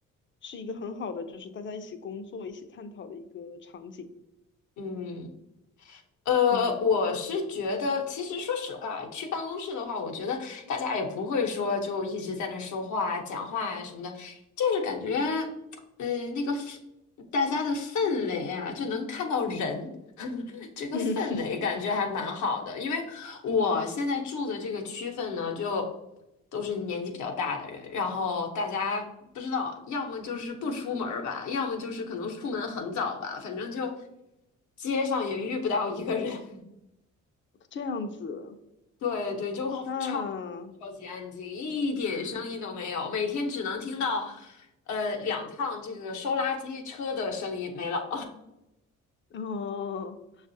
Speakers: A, on the left; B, on the left.
A: 是一个很好的，就是大家一起工作、一起探讨的一个场景。
B: 嗯。呃，
A: 嗯
B: 我是觉得，其实说实话，去办公室的话，我觉得大家也不会说就一直在那说话啊、讲话呀、什么的，就是感觉，嗯、那个氛大家的氛围啊，就能看到人，<laughs> 这个氛围感觉还蛮好的，
A: 嗯，<laughs>
B: 因为我现在住的这个区份呢，就都是年纪比较大的人，然后大家不知道，要么就是不出门儿吧，要么就是可能出门很早吧，反正就街上也遇不到一个人。<laughs>
A: 这样子
B: 对对，就超
A: 啊，
B: 超级安静，一点声音都没有，每天只能听到呃两趟这个收垃圾车的声音没了。
A: 哦，